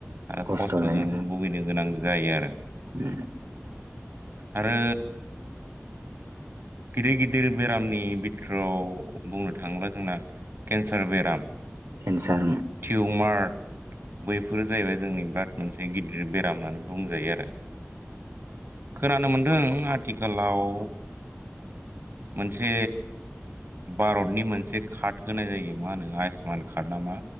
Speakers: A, on the right; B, on the right.
A: आरो
B: खस्थ'
A: खस्थ'जों
B: जायो
A: भुगिनो गोनां जायो आरो
B: उम
A: आरो गिदिर गिदिर बेरामनि बिथोरआव बुंनो थाङोब्ला जोंना केन्सार बेराम
B: केन्सार
A: टिउमार बैफोरो जाहैबाय जोंनि बिराद मोनसे गिदिर बेराम होननानै बुंजायो आरो खोनानो मोनदों आथिखालाव मोनसे भारतनि मोनसे कार्ड होनाय जायो मा होनो आयुष्मान कार्ड नामा